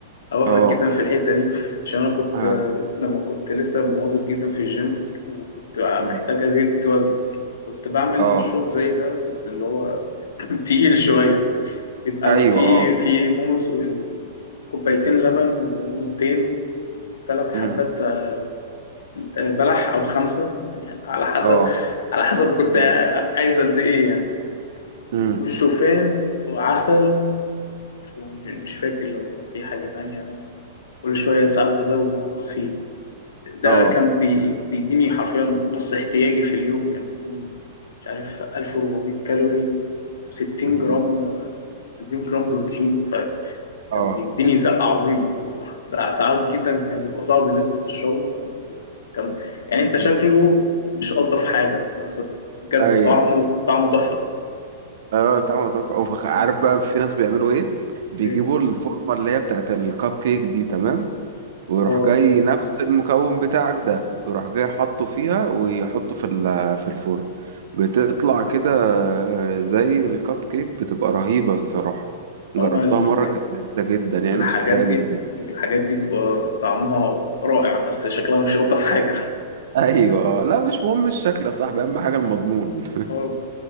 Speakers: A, on the left (about 70°); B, on the right (about 60°).
A: أوافقك
B: اه
A: جدا في الحتة دي عشان أنا كنت
B: اه
A: آه، لما كنت لسه مواظب جدا في الجيم وكنت
B: مم.
A: محتاج أزيد وزن كنت بعمل
B: اه
A: مشروب زي ده بس اللي هو <clears throat> تقيل شوية بيبقى
B: ايوه
A: فيه
B: اه
A: فيه موز وال- كوبايتين لبن وموزتين وثلاث حبات
B: مم.
A: آه، بلح أو خمسة يعني على حسب
B: اه
A: على حسب كنت
B: مم.
A: عايز قد إيه يعني
B: مم.
A: وشوفان وعسل ومش فاكر لو كان في حاجة تانية يعني أنا كل شوية ساعات بزود وأنقص فيه ده
B: اه
A: كان بي... بيديني حرفيا نص احتياجي في اليوم كان بيديني مش عارف 1400 كالوري و60 جرام
B: مم.
A: آه، 60 جرام بروتين فكان
B: اه
A: بيديني زقة عظيمة هو ساع- ساعات جدا كان بيبقى صعب اللي انت تشربه بس كان يعني انت
B: مم.
A: شكله مش ألطف حاجة بس بجد
B: ايوه
A: طعمه طعمه تحفة
B: اه طعمه تحفة او فخ- عارف
A: مم.
B: بقى في ناس بيعملوا ايه بيجيبوا
A: ايه
B: الفورمة اللي هي بتاعت الكب كيك دي تمام ويروح
A: اه
B: جاي نفس المكون بتاعك ده ويروح جاي حاطه فيها ويحطه في ال- في الفرن بتطلع كده آه، زي الكب كيك بتبقى رهيبة الصراحة جربتها
A: اه ما ال-
B: مرة كانت لذيذة جدا يعني
A: الحاجات
B: وصحية
A: دي
B: جدا
A: الحاجات دي بتبقى طعمها رائع بس شكلها مش ألطف حاجة
B: <laughs> ايوه لا مش مهم الشكل يا صاحبي اهم حاجة المضمون
A: اه